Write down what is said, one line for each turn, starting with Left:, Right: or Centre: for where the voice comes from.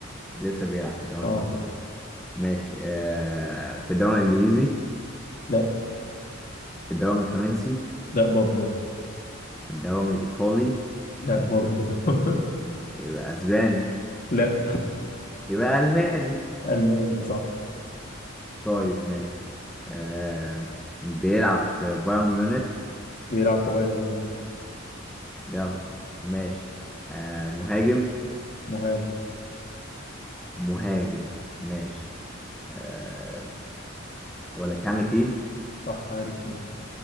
Centre: لسه بيلعب في الدوريات
Left: اه
Centre: الخمسة الكبرى ماشي آه في الدوري الإنجليزي
Left: لا
Centre: في الدوري الفرنسي
Left: لا برضه
Centre: في الدوري الإيطالي
Left: لا برضه <laughs>
Centre: يبقى أسباني
Left: لا
Centre: يبقى ألماني
Left: الماني صح
Centre: طيب ماشي آه بيلعب في بايرن ميونخ
Left: بيلعب في بايرن ميونخ
Centre: بيلعب- ماشي آه مهاجم
Left: مهاجم
Centre: مهاجم ماشي آه أقول لك هاري كين
Left: صح هاري كين